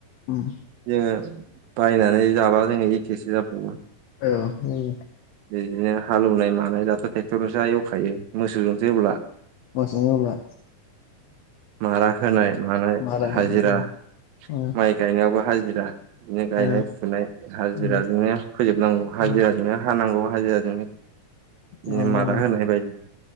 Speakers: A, on the left (about 70°); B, on the right (about 85°).
A: उम
B: जोङो बायनानै जाबा जोङो एखेसो जाबावो।
A: औ
B: बिदिनो हालौवनाय मानाय दाथ' ट्रेक्टरजोंसो एवखायो मोसौजोंसो एवब्ला।
A: मौसौजों एवला।
B: मारा होनाय मानाय
A: मारा
B: हाजिरा
A: होयो उम
B: माइ गायनायावबो हाजिरा। बिदिनो गायनाय
A: औ
B: फुनाय हाज
A: उम
B: जिराजोंनो फोजोबनांगौ हाजिराजोंनो
A: औ
B: हानांगौ हाजिराजोंनो। बिदिनो
A: औ
B: मादा होनाय बायदि